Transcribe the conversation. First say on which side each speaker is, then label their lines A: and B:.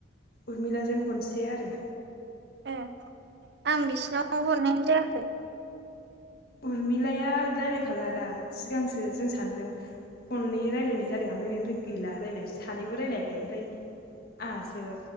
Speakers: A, on the left (about 55°); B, on the right (about 60°).
A: उरमिलाजों खनसे आरो
B: ए आं बिसिनाव हरनायानो जायाखै
A: उरमिलाया रायलायखाला दा सिगांसो जों सानैजों खननै रायलायनाय जादों ओमफ्राय बेनिफ्राय गैला रायलाय सानैबो रायलायाखै ओमफ्राय आंहासो